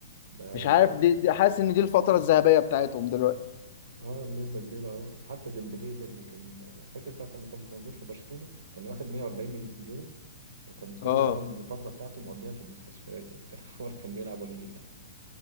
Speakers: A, on the right (about 75°); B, on the left (about 50°).
A: بقى.
B: مش عارف دي, دي حاسس ان دي الفترة الذهبية بتاعتهم دلوقتي
A: اه بنسبة كبيرة اه حتى ديمبلي ده اللي كان فاكر ساعة لما كان موجود في برشلونة كان واخد 140 مليون وكان كل
B: اه
A: بقى الفترة بتاعته مقضيها في المستشفيات وبتاع <laughs> ولا كان بيلعب ولا نيل